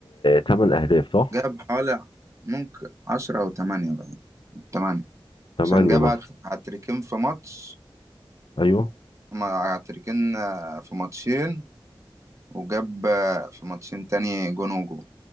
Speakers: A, on the left; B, on the right.
A: 8 أهداف صح؟
B: جاب حوالي ممكن عشرة أو تمانية بقى تمانية
A: 8
B: عشان جاب
A: مثلا
B: هات- هاتريكين في ماتش
A: ايوه
B: ما هاتريكين آه، في ماتشين وجاب آه، في ماتشين تاني جون وجون